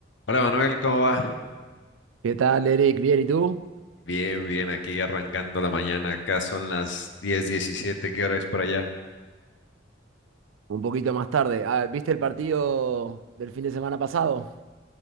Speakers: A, on the left; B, on the right.
A: Hola Manuel, ¿cómo va?
B: ¿Qué tal, Eric? ¿Bien? ¿Y tú?
A: Bien, bien, aquí arrancando la mañana. Acá son las diez diecisiete. ¿Qué hora es por allá?
B: Un poquito más tarde. Ah, ¿viste el partido del fin de semana pasado?